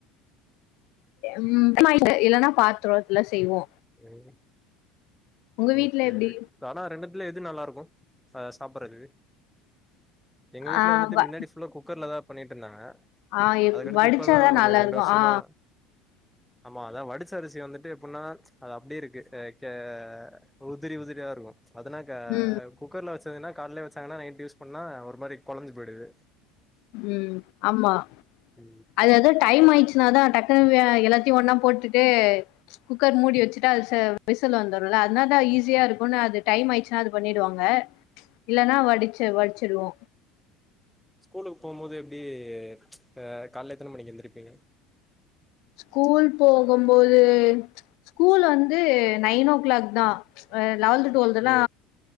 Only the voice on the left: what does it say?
ம் <unintelligible> இல்லன்னா பாத்துரோதல்லா செய்வோ
உங்க வீட்ல
எப்டி
ஆ
வ-
ஆ எப்
வடிச்சாதா
நல்லா
இருக்கு
ஆ
ம்
உ ஆமா
அது ஏதோ டைம் ஆய்ச்சுனா தா டக்குனு எல்லாத்தையு ஒன்னா போட்டுட்டு குக்கர் மூடி வச்சுட்டா அது விசில் வந்துரும்ல அதனால தா ஈஸியா இருக்கும்னு அது டைம் ஆயிடுச்சுனா அது பண்ணிடுவாங்க இல்லன்னா வடிச்ச வடிச்சிடுவோ
ஸ்கூல் போகும்போது ஸ்கூல் வந்து நைன் ஓ கிளாக் தா ஆ லெவல்த் டுவெல்துலா